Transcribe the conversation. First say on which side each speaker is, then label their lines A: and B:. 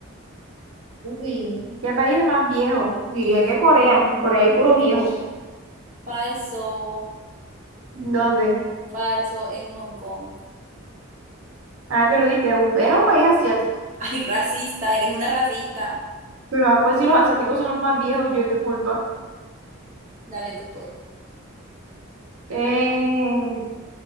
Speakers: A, on the right (about 80°); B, on the right (about 35°).
A: Uy, ¿qué país es más viejo? Diría que Corea, en Corea hay puro viejo.
B: Falso,
A: ¿Dónde?
B: falso en Hong Kong.
A: Ay, pero viste, un- era un país asiático.
B: <laughs> Ay, racista, eres una racista.
A: Pero ah, pues si los asiáticos son los más viejos, ¿yo qué culpa?
B: Dale tú pues.
A: Eh,